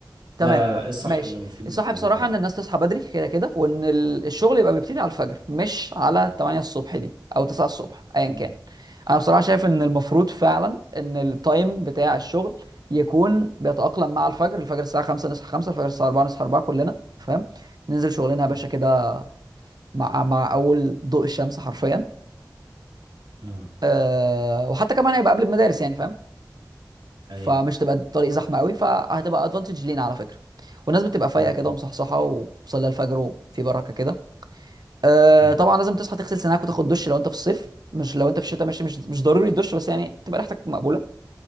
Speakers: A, on the right (about 65°); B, on the right (about 80°).
A: تمام
B: لا لا لا ايه الصح
A: ماشي
B: اللي المفروض
A: الصح
B: الناس
A: بصراحة
B: كلها تعمل
A: إن الناس تصحى بدري كده كده وإن ال- الشغل يبقى بيبتدي على الفجر مش على 8 الصبح دي أو 9 الصبح أيا
B: مم.
A: كان أنا بصراحة شايف إن المفروض فعلا إن التايم بتاع الشغل يكون بيتأقلم مع الفجر الفجر الساعة 5 نصحى 5 الفجر الساعة 4 نصحى 4 كلنا فاهم ننزل شغلنا يا
B: مم.
A: باشا كده مع مع أول ضوء الشمس حرفيا
B: اه
A: أه، وحتى كمان هيبقى قبل المدارس يعني فاهم
B: ايوه
A: فمش تبقى الطريق زحمه قوي فهتبقى ادفانتج لينا على فكره والناس بتبقى فايقه
B: مم.
A: كده ومصحصحه وبتصلي الفجر وفي بركه كده أه
B: مم.
A: طبعا لازم تصحى تغسل سنانك وتاخد دش لو انت في الصيف مش لو انت في الشتاء ماشي مش مش ضروري الدش بس يعني تبقى ريحتك مقبوله